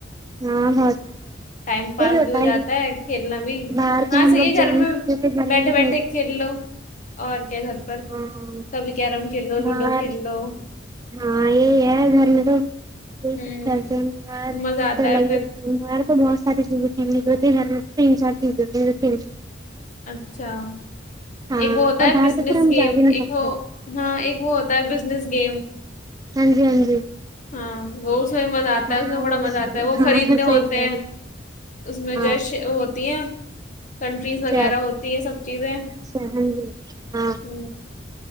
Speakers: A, on the right (about 20°); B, on the left (about 40°).
A: ہاں بہت بڑ
B: ٹائم پاس
A: یہی ہوتا
B: بھی ہو
A: ہے
B: جاتا کھیلنا بھی
A: باہر تو
B: ہاں
A: ہم
B: صحیح
A: لوگ
B: ہے
A: جا
B: گھر
A: نہیں
B: میں
A: سکتے گھر
B: بیٹھے
A: میں
B: بیٹھے کھیل لو اور کیا گھر پر
A: ہاں
B: کبھی کیرم کھیل لو لوڈو
A: باہر
B: کھیل لو
A: ہاں یہ ہے گھرم تو یہ
B: ہوں
A: سب کھیلتے ہیںار
B: مزہ آتا
A: تو الگ
B: ہے پھر
A: ہی ہوتےار تو بہت ساری چیزیں تو د تین چار چین ج تین چار
B: اچھا
A: ہاں
B: ایک وہ ہوتا
A: اور
B: ہے
A: باہر
B: بزنس
A: تو پھر ہم
B: گیم
A: جا بھی نہیں
B: ایک
A: سکتے
B: وہ ہاں ایک وہ ہوتا ہے بزنس گیم
A: ہاں جی ہاں جی
B: ہاں بت اس میں مزہ آتا
A: ہاں
B: ہے اس میں بڑا مزہ آتا ہے وہ خریدنے
A: ہاں صحیح
B: ہوتے
A: کہہ
B: ہیں
A: رہی
B: اس میں
A: ہاں
B: جو ہے ہوتی ہیں کنٹریز وغیرہ
A: اچھا
B: ہوتی ہے سب چیزیں
A: اچھا ہاں جی ہاں
B: ہ